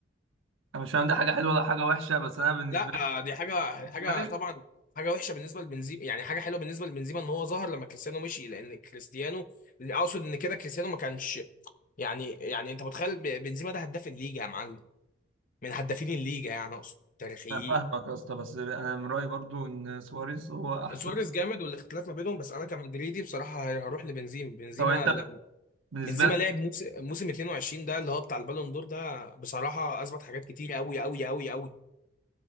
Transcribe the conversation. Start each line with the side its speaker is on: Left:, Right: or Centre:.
Right: انا مش عندي حاجة حلوة ولا حاجة وحشة بس انا بالنسبة
Left: لا
Right: لي
Left: آه، دي حاجه حاجه
Right: سواريز
Left: طبعا حاجه وحشه بالنسبه لبنزيما يعني حاجه حلوه بالنسبه لبنزيما ان هو ظهر لما كريستيانو مشي لان كريستيانو اقصد ان كده كريستيانو ما كانش يعني يعني انت متخيل ب- بنزيما ده هداف الليجا يا معلم من هدافين الليجا يعني اقصد تاريخيين
Right: انا فاهمك يا اسطى بس انا من رأيي برضو ان سواريز هو احسن
Left: سواريز جامد والاختلاف ما بينهم بس انا كمدريدي بصراحه هي- هروح لبنزيما بنزيما
Right: طب انت
Left: لما
Right: بالنسبة
Left: بنزيما
Right: لك
Left: لعب موسم موسم 22 ده اللي هو بتاع البالون دور ده بصراحه اثبت حاجات كتير قوي قوي قوي قوي